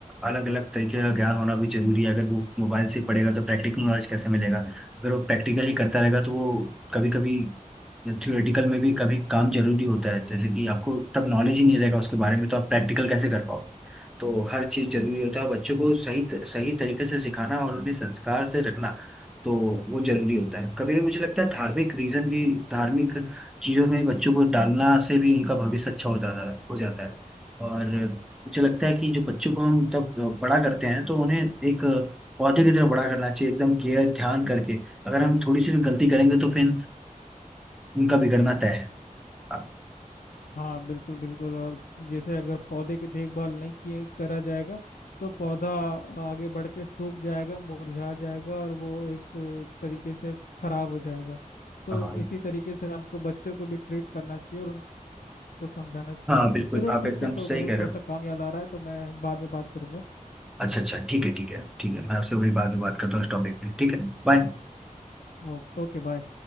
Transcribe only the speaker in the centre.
अलग अलग तरीके का ज्ञान होना भी जरूरी है अगर वो मोबाइल से पढ़ेगा तो प्रैक्टिकल नॉलेज कैसे मिलेगा अगर वो प्रैक्टिकल ही करता रहेगा तो वो कभी कभी या थ्योरेटिकल में भी कभी काम जरूरी होता है जैसे कि आपको तब नॉलेज ही नहीं रहेगा उसके बारे में तो आप प्रैक्टिकल कैसे कर पाओ तो हर चीज़ जरूरी होता है बच्चों को सही सही तरीके से सिखाना और उन्हें संस्कार से रखना तो वो जरूरी होता है कभी कभी मुझे लगता है धार्मिक रीजन भी धार्मिक चीज़ों में बच्चों को डालना से भी उनका भविष्य अच्छा हो जाता है हो जाता है और मुझे लगता है कि जो बच्चों को हम तब बड़ा करते हैं तो उन्हें एक पौधे की तरह बड़ा करना चाहिए एकदम केयर ध्यान करके अगर हम थोड़ी सी भी गलती करेंगे तो फिर उनका बिगड़ना तय है हाँ
हाँ
हाँ, बिल्कुल
आप
एकदम
सही
कह
रहे हो
अच्छा अच्छा ठीक है ठीक है ठीक है मैं आपसे वही बाद में बात करता हूँ इस टॉपिक पे ठीक है बाय